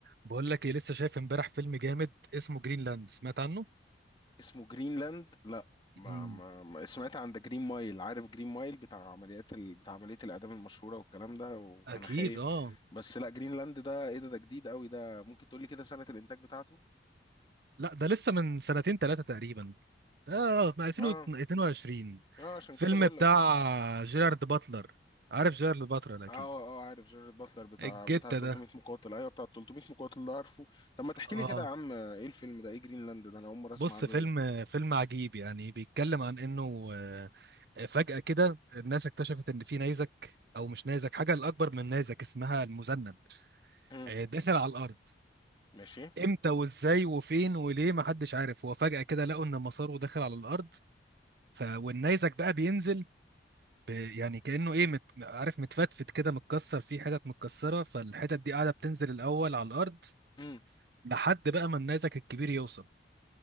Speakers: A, on the right; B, on the left.
A: بقول لك ايه لسه شايف امبارح فيلم جامد اسمه جرينلاند سمعت عنه
B: اسمه جرينلاند لا ما
A: مم.
B: ما ما سمعت عن ده جرين مايل عارف جرين مايل بتاع عمليات ال... بتاع عملية الإعدام المشهورة والكلام ده وأنا
A: اكيد
B: خايف
A: اه
B: بس لا جرينلاند ده إيه ده ده جديد قوي ده ممكن تقولي كده سنة الإنتاج بتاعته
A: لا ده لسه من سنتين ثلاثه تقريبا ده من 2022
B: اه اه عشان
A: فيلم
B: كده بقول
A: بتاع
B: لك
A: جيرارد باتلر عارف جيرارد باتلر اكيد
B: اه اه عارف جيرارد باتلر بتاع
A: الجتة
B: بتاع 300
A: ده
B: مقاتل ايوه بتاع 300 مقاتل ده عارفه طب ما تحكي لي
A: اه
B: كده يا عم ايه الفيلم ده ايه جرينلاند ده انا اول مره اسمع
A: بص
B: عنه
A: فيلم
B: ليه
A: فيلم عجيب يعني بيتكلم عن انه آه، فجأة كده الناس اكتشفت ان في نيزك او مش نيزك حاجة الاكبر من نيزك اسمها المذنب
B: مم.
A: آه، داخل على الارض
B: ماشي
A: امتى وازاي وفين وليه محدش عارف هو فجأة كده لقوا ان مساره داخل على الارض ف والنيزك بقى بينزل ب... يعني كأنه ايه مت... عارف متفتفت كده متكسر فيه حتت متكسرة فالحتت دي قاعدة بتنزل الاول على الارض
B: مم.
A: لحد بقى ما النيزك الكبير يوصل